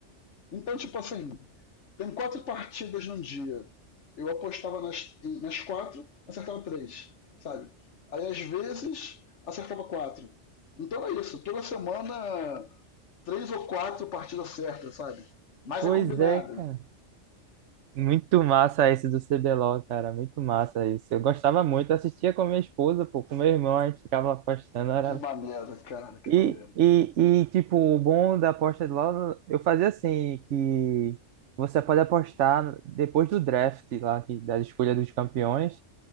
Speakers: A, on the left; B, on the right.
A: Então, tipo assim, tem quatro partidas num dia. Eu apostava nas, nas quatro, acertava três, sabe? Aí às vezes acertava quatro. Então é isso, toda semana três ou quatro partidas certas, sabe? Mais
B: Pois
A: a combinada.
B: é, cara. Muito massa esse do CBLOL, cara. Muito massa isso. Eu gostava muito, eu assistia com minha esposa, pô, com meu irmão, a gente ficava apostando. Era...
A: Que maneiro, cara, que
B: E,
A: maneiro.
B: e, e, tipo, o bom da aposta de LOL, eu fazia assim, que você pode apostar depois do draft lá, que, da escolha dos campeões.